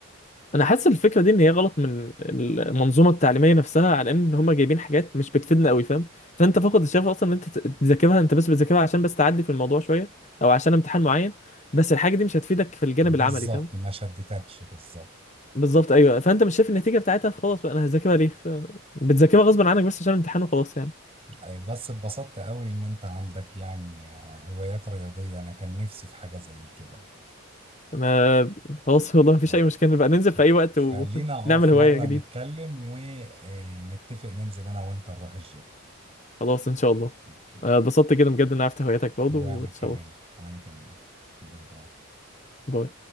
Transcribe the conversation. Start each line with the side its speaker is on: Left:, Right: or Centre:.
Left: انا حاسس الفكره دي ان هي غلط من المنظومه التعليميه نفسها على ان هم جايبين حاجات مش بتفيدنا قوي فاهم فانت فقد الشغف اصلا ان انت ت- تذاكرها انت بس بتذاكرها عشان بس تعدي في الموضوع شويه او عشان امتحان معين بس الحاجه دي مش هتفيدك في الجانب
Right: بالظبط
Left: العملي فاهم
Right: ما شدتكش بالظبط
Left: بالظبط ايوه فانت مش شايف النتيجه بتاعتها فخلاص بقى انا هذاكرها ليه ف... بتذاكرها غصب عنك بس عشان الامتحان وخلاص يعني
Right: أي بس اتبسطت قوي ان انت عندك يعني آه، هوايات رياضية انا كان نفسي في حاجة زي كده
Left: انا خلاص والله مفيش
Right: اه
Left: اي مشكله بقى ننزل
Right: ف-
Left: في اي وقت ونعمل
Right: خلينا اه في
Left: <laughs> هوايه
Right: مرة
Left: جديده
Right: نتكلم ونتفق ننزل انا وانت نروح الجيم
Left: خلاص ان شاء الله
Right: اوكي
Left: أنا اتبسطت جدا بجد ان عرفت هواياتك برضه
Right: وانا
Left: واتشرفت
Right: كمان وانا كمان باي باي
Left: باي